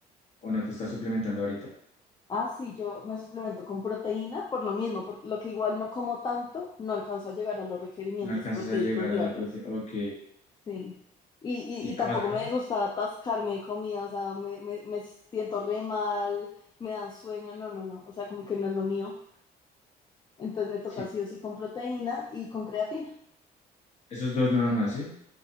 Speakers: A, on the left; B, on the left.
A: o no te estás suplementando ahorita?
B: Ah, sí, yo me suplemento con proteína por lo mismo, por lo que igual no como tanto, no alcanzo a llegar a los requerimientos
A: No alcanzas
B: proteicos
A: a llegar
B: diarios.
A: a la proteína. Ok.
B: Sí. Y, y,
A: ¿Y
B: y
A: tomas
B: tampoco
A: algo
B: me
A: más?
B: gusta atascarme de comida, o sea, me, me, me siento re mal, me da sueño, no, no, no, o sea, como que no es lo mío. Entonces me toca
A: Sí.
B: sí o sí con proteína y con creatina.
A: Esos dos nada más, ¿sí?